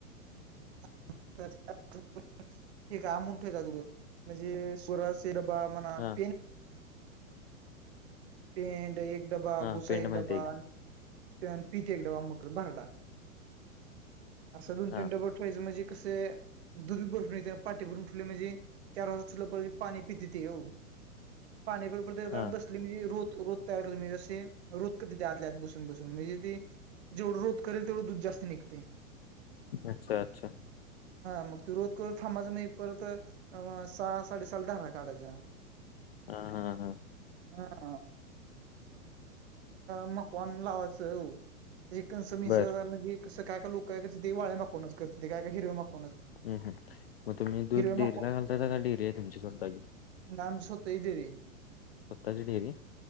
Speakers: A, on the right; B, on the left.
A: <inaudible> का आणून ठेवतात म्हणजे सुरस <unintelligible>
B: हा
A: पेंड एक एक डबा
B: हा
A: भुसा
B: पेंड
A: एक
B: माहिती
A: डबा
B: आहे की
A: अन पीठ एक डबा मग भरडा असं दोन
B: हा
A: तीन डब ठेवायचं म्हणजे कसं दुध भरपूर येत्यात पाटी भरून ठेवल म्हणजे चार वाजता ठुलं पाणी पितात तेे हेव पानी भरपूर दिली
B: हा
A: तर बस ली म्हणजे रोत रोत तयार कर म्हणजे असशी रोत करे आतल्यात बसून बसून म्हणजे ती जेवढं रोत करेल तेवढ दूध जास्त निघतय.
B: अच्छा अच्छा.
A: हा मग ते रोत करत थांबाचं आणि परत अवा सहा साडे सहाला धारा काढायच्या
B: हा हा हा
A: <unintelligible> मकवान लावायचं हाव त्या कंस मिं
B: बर
A: म्हजे कसं काय का लोक काय करतात ते वाळ्या मागवूनच करत ते काय का हिरव्या माग
B: हम्म हम्म मग तुम्ही दूध
A: माकवान
B: डेअरीला घालतायता का डेअरी आहे तुमची स्वतःची
A: नाय आमची स्वतःची डेरी आहे.
B: स्वतःची डेरी आहे.